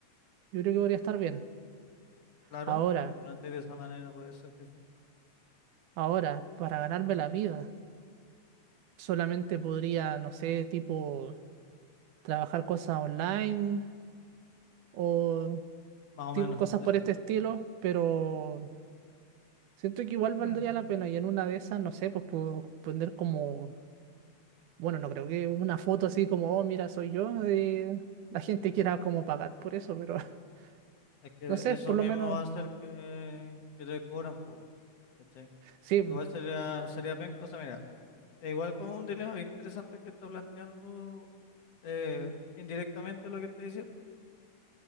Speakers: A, on the right; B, on the left.
A: yo creo que podría estar bien.
B: Claro,
A: Ahora,
B: si lo planteas de esa manera, puede ser que sí.
A: ahora, para ganarme la vida, solamente podría, no sé, tipo trabajar cosas online o
B: Más o
A: tipo
B: menos,
A: cosas
B: <laughs> sí.
A: por este estilo, pero siento que igual
B: <clears throat>
A: valdría la pena y en una de esas, no sé, pues puedo poner como Bueno, no creo que una foto así como, oh, mira, soy yo, eh, la gente quiera como pagar por eso, pero <laughs>
B: Es que
A: no sé,
B: eso
A: por
B: mismo
A: lo menos,
B: va a hacer que, que te cobran, pues, weón, ¿cachai?
A: sí,
B: Igual sería, sería penca, o sea, mira, es igual como un dilema bien interesante que está planteando eh, indirectamente lo que estoy diciendo,